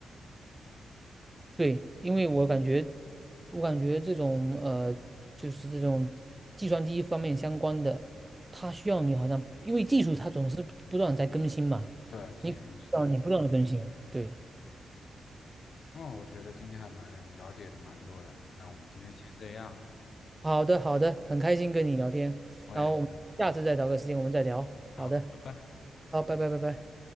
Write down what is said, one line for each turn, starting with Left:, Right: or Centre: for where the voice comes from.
Right: 对，因为我感觉，我感觉这种呃，就是这种计算机方面相关的，它需要你好像，因为技术它总是不不断地在更新嘛，
Left: 对，技术一直在。
Right: 你需要你不断的更新，对，
Left: 嗯，我觉得今天还蛮了了解的蛮多的，那我们今天先这样，
Right: 好的，好的，很开心跟你聊天，
Left: 我也是，
Right: 然后我们下次再找个时间我们再聊。
Left: 好，
Right: 好的，
Left: 拜拜。
Right: 好，拜拜，拜拜。